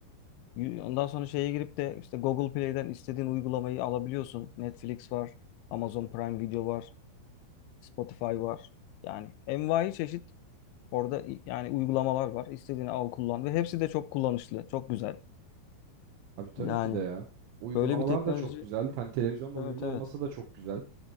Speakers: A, on the left; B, on the right.
A: Y- Ondan sonra şeye girip de işte Google Play'den istediğin uygulamayı alabiliyorsun. Netflix var, Amazon Prime Video var, Spotify var. Yani envai çeşit Orada i- yani uygulamalar var. İstediğini al kullan ve hepsi de çok kullanışlı, çok güzel.
B: Abi tabii
A: Yani
B: ki de ya. Uygulamalar
A: böyle bir teknoloji
B: da çok güzel. Hani televizyonla
A: evet
B: uyumlu
A: evet.
B: olması da çok güzel.